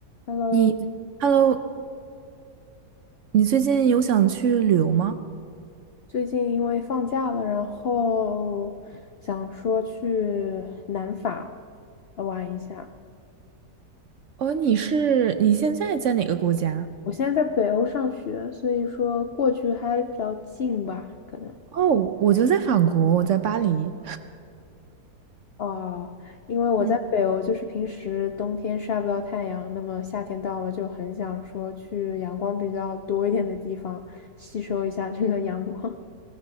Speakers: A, on the left; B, on the right.
A: Hello，
B: 你，Hello，你最近有想去旅游吗？
A: 最近因为放假了，然后想说去南法呃玩一下。
B: 哦，你是你现在在哪个国家？
A: 我现在在北欧上学，所以说过去还比较近吧，可能。
B: 哦，我就在法国，我在巴黎。
A: 哦，因为我在北欧，
B: 嗯，
A: 就是平时冬天晒不到太阳，那么夏天到了就很想说去阳光比较多一点的地方，吸收一下这个阳光。